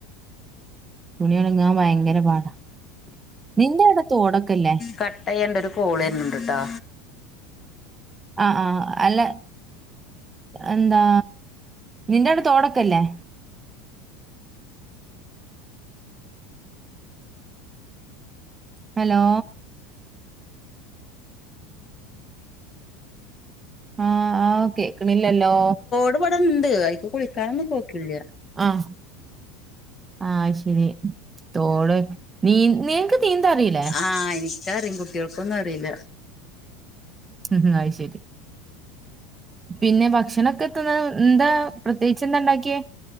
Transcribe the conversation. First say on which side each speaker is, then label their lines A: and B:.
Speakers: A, on the right; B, on the left.
A: തുണിയുണങ്ങാൻ ഭയങ്കര പാടാ നിന്റെ അവിടെ തോടൊക്കെല്ലേ
B: കട്ടയന്റെ ഒരു കോള് വരണുണ്ടുട്ടാ
A: ആഹ് ആഹ് അല്ല എന്താ നിന്റെവിടെ തോടക്കയില്ലേ ഹലോ ആഹ് ആഹ്കേക്കണില്ലല്ലോ
B: ഒരുപാടിണ്ട് അയിക്ക് കുളിക്കാനൊന്നും പോക്കില്ല
A: ആഹ് ആ ശരി തോട് നീ നിനക്ക് നീന്താ അറിയില്ലേ
B: ആഹ് എനിക്കറിയും കുട്ടികൾക്കൊന്നും അറിയില്ല
A: മ്മ് മ്മ് അയിശരി പിന്നെ ഭക്ഷണൊക്കെ എത്തുന്ന എന്താ പ്രത്യേകിച്ച് എന്താ ഉണ്ടാക്കിയേ